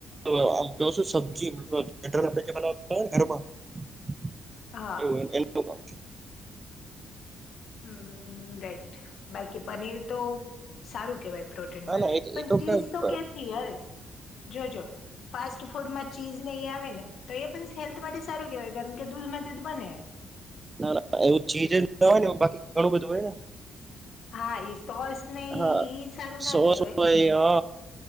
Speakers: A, on the right (about 25°); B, on the left (about 65°).
A: <inaudible> આમ કેવો છુ. સબ્જી <inaudible> બનાતા હોય ને ઘરમાં. <inaudible>
B: હા
A: એવું એનું કામ.
B: Hmm right. બાકી પનીર તો સારું કેવાય. પ્રોટીન
A: ના
B: માટે
A: ના એ તો
B: પણ
A: એ
B: ચીઝ
A: કાંઈ
B: તો કેથી યાર. જોજો ફાસ્ટ ફૂડમાં ચીઝ નહી આવે ને તો એ પણ હેલ્થ સારું કેવાય કારણ કે દૂધમાંથી બને.
A: ના ના એવું ચીજ જ ન હોય ને બાકી ઘણું બધું હોય ને.
B: હા એ સોસ ને ઈ
A: હા.
B: સારું
A: <inaudible>
B: ના
A: સોસ
B: કહેવાય
A: હોય હ.